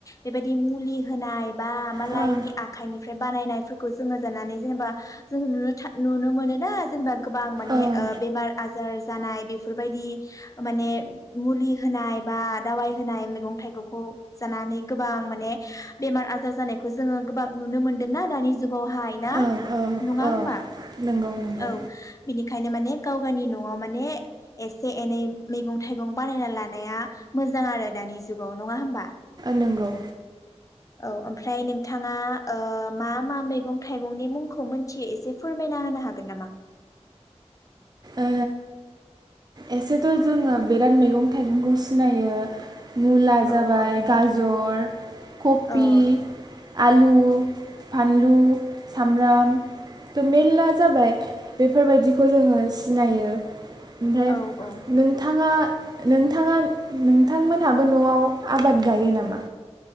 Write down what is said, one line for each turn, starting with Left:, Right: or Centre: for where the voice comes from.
Left: बेबायदि मुलि होनाय बा मालायनि
Right: होनाय
Left: आखाइनि बानायनायफोरखौ जोङो जानानै जेनेबा जों नुनो था नुनो मोनोना जोंना गोबां माने
Right: ओं
Left: ओ
Right: ओं
Left: बेमार आजार जानाय बेफोरबायदि माने मुलि होनाय बा दावाइ होनाय मैगं थाइगंखौ जानानै गोबां माने बेमार आजार जानायखौ जोङो गोबां नुनो मोनदोंना दानि जुग आवहाय ना
Right: ओं औ
Left: नङा
Right: औ
Left: होमबा
Right: नंगौ नंगौ
Left: औ बिनिखायनो माने गाव गावनि न'आव माने एस एसे एनै मैगं थाइगं बानायना लानाया मोजां आरो दानि जुगाव नङा होमबा?
Right: नोंगौ
Left: औ ओमफ्राय नोंथाङा ओ मा मा मैगं थाइगंनि मुंखौ मोनथियो एसे फोरमायना होनो हागोन नामा?
Right: ओ एसेथ' जोङो बिराद मैगं थाइगंखौ सिनायो मुला जाबाय
Left: औ औ
Right: गाजर कपि
Left: औ
Right: आलु, फानलु, सामब्राम, त' मेर्ला जाबाय बेफोरबायदिखौ जोङो सिनायो। ओमफ्राय
Left: औ औ
Right: नोंथाङा नोंथाङा नोंथांमोनहाबो न'आव आबाद गायो नामा?